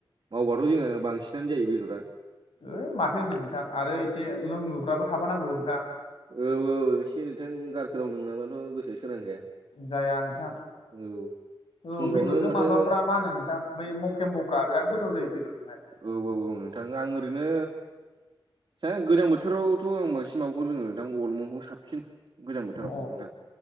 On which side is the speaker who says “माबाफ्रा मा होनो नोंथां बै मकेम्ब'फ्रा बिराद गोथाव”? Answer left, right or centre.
Left